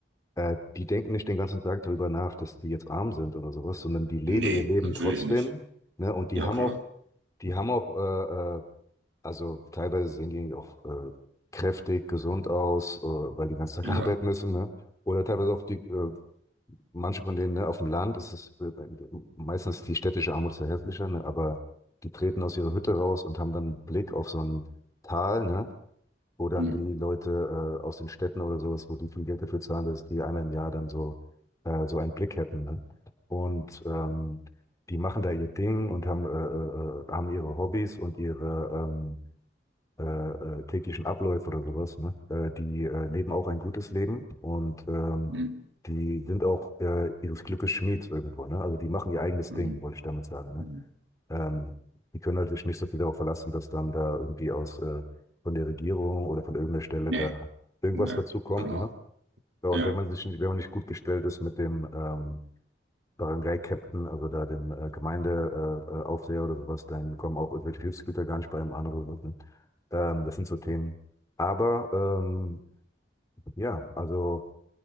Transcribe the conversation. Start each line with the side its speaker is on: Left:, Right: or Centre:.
Left: Äh, die denken nicht den ganzen Tag darüber nach, dass die jetzt arm sind oder sowas, sondern die leben
Right: Nee,
Left: ihr Leben
Right: natürlich
Left: trotzdem,
Right: nicht.
Left: ne? Und die
Right: Ja,
Left: haben
Right: klar.
Left: auch, die haben auch, äh, äh, also teilweise sehen die auch äh, kräftig, gesund aus, äh, weil die den ganzen
Right: Ja.
Left: Tag <laughs> arbeiten müssen, ne? Oder teilweise auch die äh, manche von denen, ne, auf dem Land ist es äh, meistens die städtische Armut ist ja hässlicher, ne, aber die treten aus ihrer Hütte raus und haben dann einen Blick auf so ein Tal, ne, wo dann
Right: Hm,
Left: die Leute äh, aus den Städten oder sowas, wo die viel Geld dafür zahlen, dass die einmal im Jahr dann so, äh, so einen Blick hätten, ne? Und ähm, die machen da ihr Ding und haben, äh, äh, äh, haben ihre Hobbys und ihre, ähm, äh, äh, täglichen Abläufe oder sowas, ne? Äh, die äh, leben auch ein gutes Leben und ähm,
Right: hm,
Left: die sind auch äh, ihres Glückes Schmieds irgendwo, ne? Also die machen ihr eigenes
Right: hm,
Left: Ding, wollte ich damit sagen, ne?
Right: hm.
Left: Ähm, die können halt sich nicht so viel darauf verlassen, dass dann da irgendwie aus äh, von der Regierung oder von irgendeiner Stelle
Right: Nee,
Left: da irgendwas
Right: nee, ne,
Left: dazu kommt,
Right: genau.
Left: ne? Ja, und
Right: Ja.
Left: wenn man sich, wenn man nicht gut gestellt ist mit dem ähm, Barangay-Captain, also da dem äh, Gemeindeaufseher äh, äh, Aufseher oder sowas, dann kommen auch irgendwelche Hilfsgüter gar nicht bei einem anderen. Sachen. Ähm, das sind so Themen. Aber ähm, ja, also